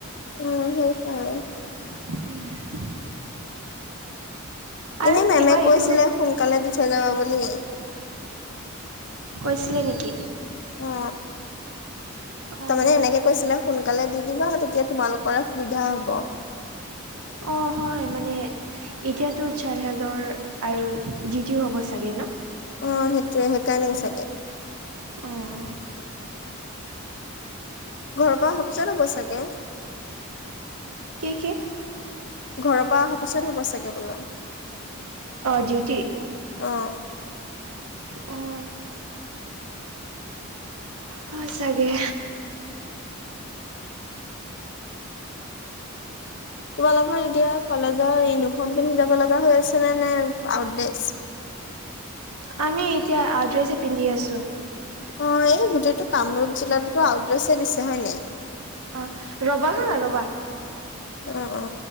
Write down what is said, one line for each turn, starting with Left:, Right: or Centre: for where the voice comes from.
Left: উম সেইকাৰণ।
Right: উম। আৰু
Left: এনেই মেমে
Right: কিবা
Left: কৈছিলে
Right: এইটো
Left: সোনকালে দি থৈ যাবা বুলি।
Right: কৈছিলে নেকি?
Left: অ
Right: অঁ
Left: তামানে এনেকে কৈছিলে, সোনকালে দি দিবা তেতিয়া তোমালোকৰে সুবিধা হ'ব।
Right: অ হয় মানে। এতিয়াতো চাইল্ড হেল্থৰ আৰু ডিউটিও হ'ব চাগে ন।
Left: অ' সেইটোয়ে সেইকাৰণে চাগে।
Right: অ অ
Left: ঘৰৰ পৰা অফিছত হব চাগে।
Right: কি কি
Left: ঘৰৰ পৰা অহা পিছত হ'ব চাগে বোলে।
Right: অ ডিউটি।
Left: অ
Right: উ'ম। হয় চাগে।
Left: তোমালোকৰ এতিয়া কলেজৰ ইউনিফৰ্ম পিন্ধি যাব লগা হৈ আছে নে নে আউট দেছ।
Right: আমি এতিয়া ড্ৰেছে পিন্ধি আছো।
Left: অ'এই গোটেইটো কামৰূপ জিলাতো আউড্ৰেছে দিছে হয় নাই।
Right: আ ৰবা হা ৰবা।
Left: অহ অহ